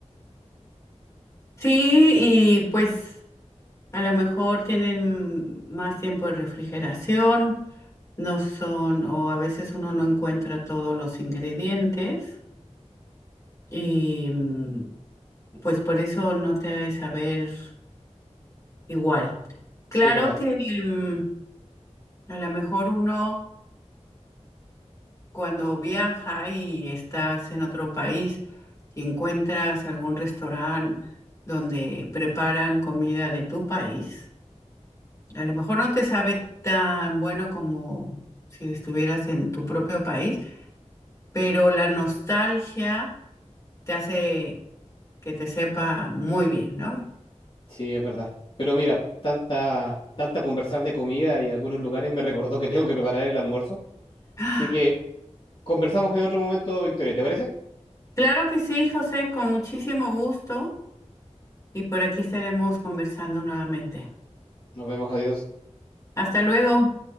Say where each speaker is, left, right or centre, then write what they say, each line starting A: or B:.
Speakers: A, on the left; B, on the left.
A: Sí, y pues a lo mejor tienen más tiempo de refrigeración, no son, o a veces uno no encuentra todos los ingredientes y mm, pues por eso no te ha de saber igual. Claro
B: Sí, es verdad,
A: que mm, a lo mejor uno Cuando viaja y estás en otro país y encuentras algún restaurante donde preparan comida de tu país, a lo mejor no te sabe tan bueno como si estuvieras en tu propio país, pero la nostalgia te hace que te sepa muy bien, ¿no?
B: sí, es verdad. Pero mira, tanta, tanta conversar de comida y de algunos lugares me recordó que tengo que preparar el almuerzo.
A: ¡Ah!
B: Así que conversamos en otro momento, Victoria, ¿te parece?
A: Claro que sí, José, con muchísimo gusto y por aquí estaremos conversando nuevamente.
B: Nos vemos, adiós.
A: Hasta luego.